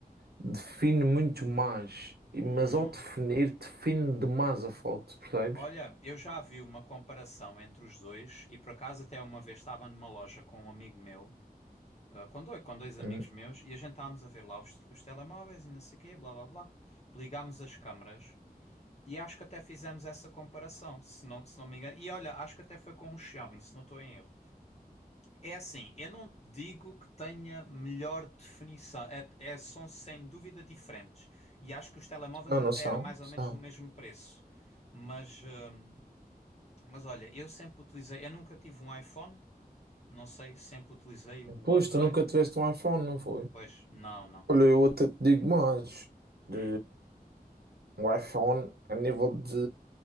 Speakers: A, on the right; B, on the left.
A: define muito mais, E-
B: hum.
A: mas ao definir, define demais a foto, percebes?
B: Olha, eu já vi uma comparação entre os dois e por acaso até uma vez estava numa loja com um amigo meu, ah, com dois, com dois amigos
A: Hum.
B: meus, e a gente estávamos a ver lá os, os telemóveis e não sei o quê, blá blá blá. Ligámos as câmaras E acho que até fizemos essa comparação, se não, se não me engano. E olha, acho que até foi com o Xiaomi, se não estou em erro. É assim, eu não digo que tenha melhor definição, é, é- são sem dúvida diferentes. E acho que os telemóveis
A: Eu
B: até
A: não são,
B: eram mais ou
A: são.
B: menos do mesmo preço. Mas, hum, mas olha, eu sempre utilizei, eu nunca tive um iPhone, não sei, sempre utilizei o
A: Pois,
B: Android.
A: tu nunca tiveste um iPhone, não foi?
B: Pois, não, não.
A: Olha, eu até te digo mais. De,
B: Hum,
A: o iPhone, a nível de,